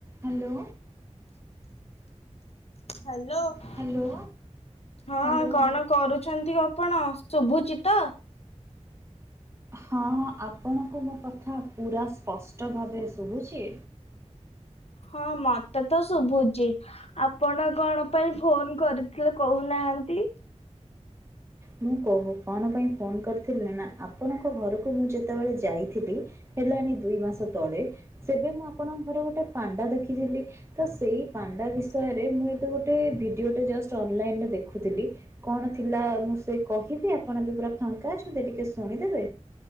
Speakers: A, on the right; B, on the left.
A: Hello,
B: hello. ହଁ,
A: Hello hello
B: କଣ କରୁଛନ୍ତି ଆପ ଆପଣ ଶୁଭୁଚିତ ତ?
A: ହଁ, ଆପଣଙ୍କୁ ମୋ କଥା ପୁରା ସ୍ପଷ୍ଟ ଭାବେ ଶୁଭୁଛି?
B: ହଁ ମତେ ତ ଶୁଭୁଛି ।ଆପଣ କଣ, ପାଇଁ ଫୋନ କରିଥିଲେ କହୁନା ନାହାନ୍ତି?
A: ମୁଁ କହୁ, କଣ ପାଇଁ ଫୋନ କରିଥିଲି ନା, ଆପଣଙ୍କ ଘରକୁ ମୁଁ ଯେତେବେଳେ ଯାଇଥିଲି ହେଲାଣି ଦୁଇ ମାସ ତଳେ, ସେବେ ମୁଁ ଆପଣଙ୍କ ଘରେ ଗୋଟେ ପାଣ୍ଡା ଦେଖିଥିଲି ।ତ ସେଇ ପା ପାଣ୍ଡା ବିଷୟରେ ମୁଁ ଏବେ ଗୋଟେ ଭିଡିଓଟେ ଜଷ୍ଟ ଅନଲାଇନରେ ଦେଖୁଥିଲି ।କଣ ଥିଲା ମୁ ସେ କହିବେ? ଆପଣ ବି ପୁରା ଫାଙ୍କା ଅଛନ୍ତି ଟିକେ ଶୁଣିଦେବେ?